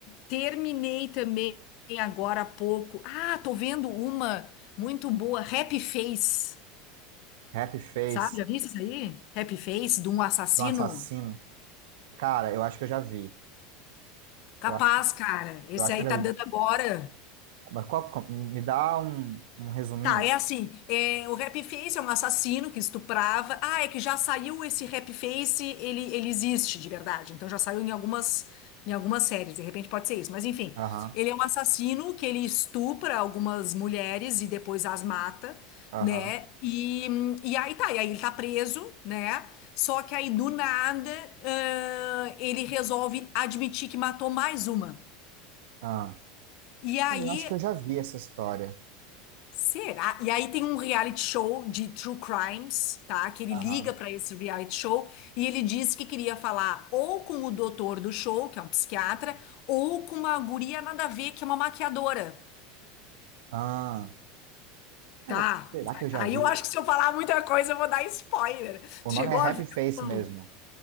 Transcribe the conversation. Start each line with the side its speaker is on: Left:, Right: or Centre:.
Left: terminei também agora há pouco. Ah, tô vendo uma muito boa, Happy Face.
Right: Happy Face
Left: Sabe, já viste isso aí? Happy Face de um assassino?
Right: do assassino. Cara, eu acho que eu já vi.
Left: Capaz,
Right: Eu acho,
Left: cara. Esse
Right: eu acho
Left: aí
Right: que eu
Left: tá
Right: já vi.
Left: dando agora.
Right: Mas qual, qual- me dá um, um resuminho?
Left: Tá, é assim, é, o Rap-Face é um assassino que estuprava. Ah, é que já saiu esse Rap-Face, ele, ele existe de verdade. Então já saiu em algumas, em algumas séries, de repente pode ser isso. Mas enfim,
Right: Aham.
Left: ele é um assassino que ele estupra algumas mulheres e depois as mata,
Right: Aham.
Left: né? E, e aí tá, e aí ele tá preso, né? Só que aí do nada, ãh, ele resolve admitir que matou mais uma.
Right: Ah.
Left: E
Right: Cara,
Left: aí,
Right: Eu acho que eu já vi essa história.
Left: Será? E aí tem um reality show de true crimes, tá? Que ele
Right: Aham.
Left: liga pra esse reality show e ele diz que queria falar ou com o doutor do show, que é um psiquiatra, ou com uma guria nada a ver, que é uma maquiadora.
Right: Ah. Cara,
Left: Tá.
Right: será que eu já
Left: Aí
Right: vi?
Left: eu acho que se eu falar muita coisa, eu vou dar spoiler.
Right: O
Left: Tu
Right: nome
Left: chegou
Right: é Happy
Left: a ver?
Right: Face
Left: o
Right: mesmo.